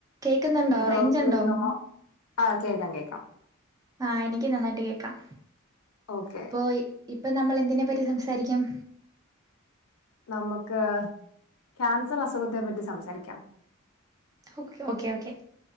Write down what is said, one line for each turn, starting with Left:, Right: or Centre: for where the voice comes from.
Right: കേക്കുന്നുണ്ടോ
Left: hello
Right: range
Left: കേൾക്കമോ
Right: ഉണ്ടോ
Left: ആ കേക്കാം കേക്കാം
Right: ആ എനിക്ക് നന്നായിട്ട് കേക്കാം
Left: ഓക്കെ
Right: അപ്പൊ ഇപ്പം നമ്മൾ എന്തിനെ പ് പറ്റി സംസാരിക്കും
Left: നമുക്ക് ക്യാൻസർ അസുഖത്തെ പറ്റി സംസാരിക്കാം
Right: ഓക്കെ ഓക്കെ ഓക്കെ